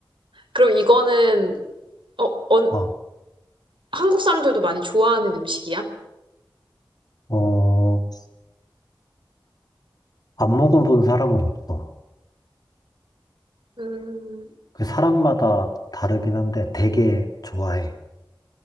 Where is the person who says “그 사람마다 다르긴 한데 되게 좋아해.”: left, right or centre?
Left